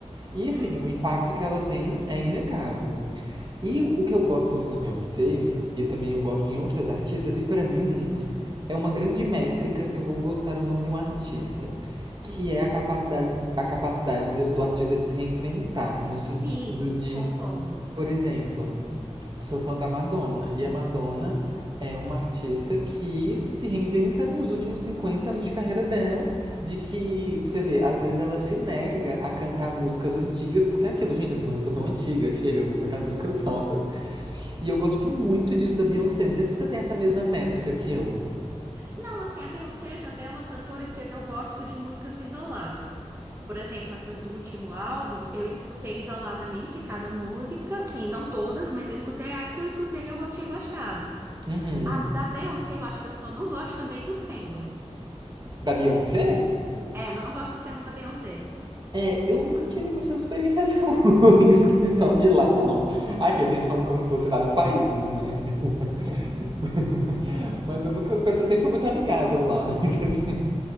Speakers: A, on the right; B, on the right.
A: E assim,
B: uhum,
A: o impacto que ela tem é inegável.
B: sim.
A: E o que eu gosto muito na Beyoncé, e também eu gosto em outras artistas, e pra mim é uma grande métrica se eu vou gostar ou não de um artista, que
B: Uhum.
A: é a capacidade, a capacidade de- do artista de se reinventar, no sentido
B: Sim,
A: de,
B: concordo.
A: por exemplo, sou fã da Madonna, e a Madonna é uma artista que se reinventa nos últimos 50 anos de carreira dela, de que, pra você vê, às vezes ela se nega a cantar músicas antigas, porque é aquilo, gente, essas músicas são antigas, chega, eu vou cantar as músicas novas. E eu gosto muito disso da Beyoncé. Não sei se você tem essa mesma métrica que eu.
B: Não, assim, a Beyoncé também é uma cantora que eu gosto de músicas isoladas. Por exemplo, essas do último álbum, eu escutei isoladamente cada música, assim, não todas, mas eu escutei as que eu escutei eu tinha gostado.
A: Uhum.
B: A da Beyoncé, eu acho que eu só não gosto também do Fandom.
A: Da Beyoncé?
B: É, não gosto do Fandom da Beyoncé.
A: É, eu nunca tive muitas experiências <laughs> ruins com o pessoal de lá, não. Aqueles a gente falando como se fosse vários países, né? <laughs> mas eu nunca. O pessoal sempre foi muito amigável lá, <laughs> mas assim.